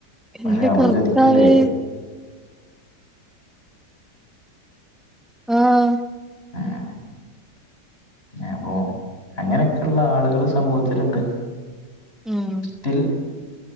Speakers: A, in the centre; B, on the left (about 35°).
A: ഇന്റെ
B: പക്ഷെ അവള്
A: കർത്താവേ
B: ചതിക്കല്ലേ
A: ആഹ്
B: ആഹ് അപ്പോ അങ്ങനെക്കെള്ള ആളുകള് സമൂഹത്തില്ണ്ട്.
A: ഉം
B: സ്റ്റിൽ